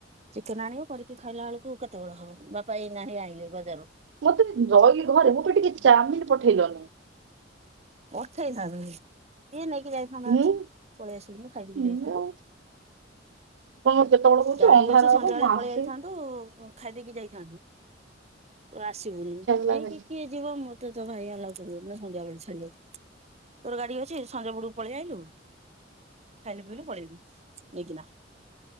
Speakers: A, on the right (about 35°); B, on the right (about 70°).
A: ଚିକେନ ଆଣିବ କରିକି ଖାଇଲା ବେଳକୁ କେତେବେଳେ ହବ ବାପା ଏଇଣ ଆଇିଲେ ବଜାରରୁ।
B: ମତେ ରହିଲି ଘରେ ମୋ ତେ ଟିକେ ଚାଉମିନ ପଠେଇଲନି।
A: ଅଠେଇସାର ଇଏ ନେଇକି ଯାଇଥାନ୍ତ
B: ମୁଁ
A: ଅଛି ପଳେଇ ଆସିଲି ଖାଇକିକି
B: ମୁଁ
A: ଯାଇଥାନ୍ତୁ।
B: କଣ କେତେବେଳେ? କହୁଛି
A: ଗାଡି
B: ଅନ୍ଧାର
A: ଅଛି ସନ୍ଧ୍ୟା
B: ହବ
A: ବେଳେ
B: ମୁଁ
A: ପଳେଇ
B: ଆସିବି
A: ଯାଇଥାନ୍ତୁ ଖାଇ ଦେଇକି ଯାଇଥାନ୍ତୁ ତ ଆସିବୁନୁ
B: ଇଚ୍ଛା ହେଲାନି
A: ନେଇକି କିଏ? ଯିବ ମୋତେ ତ ଭାଇ ଆଲା କରିବ ନା ସନ୍ଧ୍ୟାବେଳେ ଛାଡିବକୁ ତୋର ଗାଡି ଅଛି ସଞ୍ଜ ବଡକୁ ପଳେଇ ଆଇଲୁ ଖାଇଲୁ ପିଇଲୁ ପଳେଇଲୁ ନେଇକିନା।